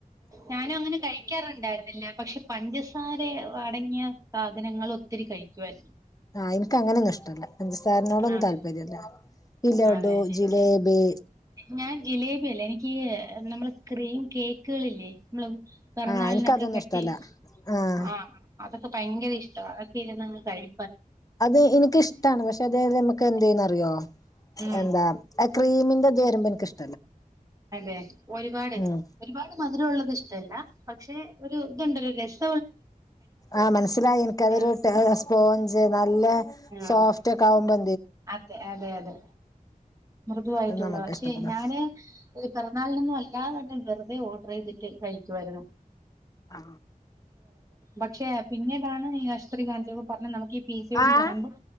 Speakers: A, on the right; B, on the left.
A: ഞാനും അങ്ങനെ കഴിക്കാറെണ്ടായിരിന്നില്ല പക്ഷേ പഞ്ചസാരയണങ്കി ഞാൻ സാധനങ്ങളൊത്തിരി കഴിക്കുവായിരുന്നു
B: ആ ഇൻക്ക് അങ്ങനെന്നുഷ്ടല്ലാ പഞ്ചസാരനോടൊന്നും
A: അതെ
B: താല്പര്യല്ലാ ലെഡു
A: അതെ എനിക്ക്
B: ജിലേബി
A: ഞാൻ ജിലേബിയല്ല എനിക്ക് ഈ നമ്മളെ ക്രീം കേക്കുകളില്ലേ മ്ലം കേ പിറന്നാളിനൊക്കെ
B: ആഹ് എനിക്കതൊന്നും
A: കട്ടി
B: ഇഷ്ടല്ല
A: ചെയ്
B: ആഹ്
A: ആ അതൊക്കെ ഭയങ്കര ഇഷ്ടാവ അതൊക്കെ ഇര്ന്നങ്ങ് കഴി
B: അത് എനിക്കിഷ്ടാണ് പക്ഷേ അതെയെത് നമക്ക് എന്തെയ്യോന്നാറിയോ
A: ഉം
B: എന്താ എ ക്രീമി ൻ്റെത് വരമ്പോ എനിക്കിഷ്
A: അതെ ഒര്പാട്
B: ഉം
A: ഒര്പാട് മധുരൊള്ളത് ഇഷ്ടല്ലാ പക്ഷെ ഒര് ഇത്ണ്ടാല്ലോ രസ്
B: ആ മനസ്സിലായി എനിക്കതൊര്
A: ആഹ്
B: ടെ സ്പോഞ്ച് നല്ല സോഫ്റ്റൊക്കാവുമ്പോ
A: ആഹ് അതെ അതെ യതെ മൃദുവായിട്ടുള്ള
B: അത് നമുക്ക്
A: പക്ഷേ
B: ഇഷ്ടപ്പെട
A: ഞാന് പെറന്നാളിനൊന്നും അല്ലാതന്നെ വെറുതെ ഓ ചെയ്തിട്ട് കഴിക്കുവാര്ന്ന്
B: ആ
A: പക്ഷേ പിന്നീടാണ് ഈ ആശുത്രി കണിച്ചപ്പം പറഞ്ഞ് നമക്ക് ഈ പി സി യോടി
B: ആഹ്
A: വെരുമ്പം